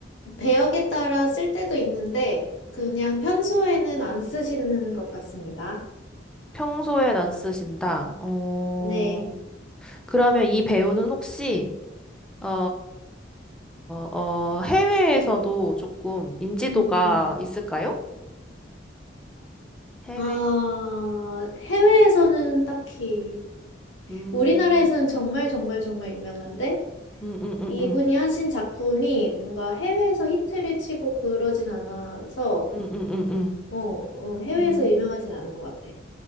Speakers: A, on the left (about 85°); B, in the centre.
A: 배역에 따라 쓸 때도 있는데, 그냥 평소에는 안 쓰시는 것 같습니다.
B: 평소엔 안 쓰신다. 어,
A: 네.
B: 그러면 이 배우는 혹시, 어, 어, 해외에서도 조금 인지도가
A: 음,
B: 있을까요? 해외,
A: 아, 해외에서는 딱히,
B: 음,
A: 우리나라에서는 정말 정말 정말 유명한데,
B: 음, 음, 음,
A: 이분이
B: 음,
A: 하신 작품이 뭔가 해외에서 히트를 치고 그러진 않아서,
B: 음, 음, 음. 음.
A: 어, 어, 해외에서
B: 음.
A: 유명하진 않은 것 같아.